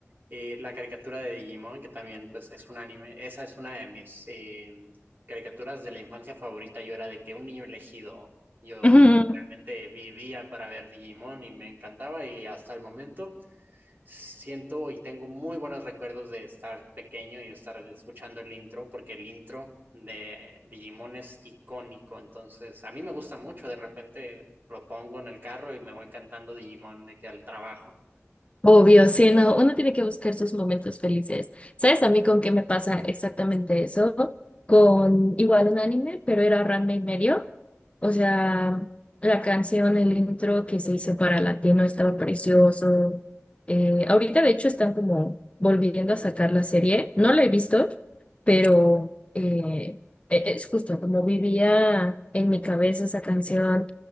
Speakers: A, on the right (about 45°); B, on the left (about 25°).
A: eh, la caricatura de Digimon, que también pues es un anime, esa es una de mis eh, caricaturas de la infancia favorita. Yo era de que un niño elegido, yo
B: <laughs>
A: realmente vivía para ver Digimon y me encantaba y hasta el momento siento y tengo muy buenos recuerdos de estar pequeño y estar escuchando el intro, porque el intro de Digimon es icónico, entonces a mí me gusta mucho, de repente lo pongo en el carro y me voy cantando Digimon de que al trabajo.
B: Obvio, sí, no, uno tiene que buscar sus momentos felices. ¿Sabes a mí con qué me pasa exactamente eso? Con igual un anime, pero era Ranma y medio. O sea, la canción, el intro que se hizo para Latino estaba precioso. Eh, ahorita, de hecho, están como volviendo a sacar la serie. No la he visto, pero eh, e- es justo como vivía en mi cabeza esa canción.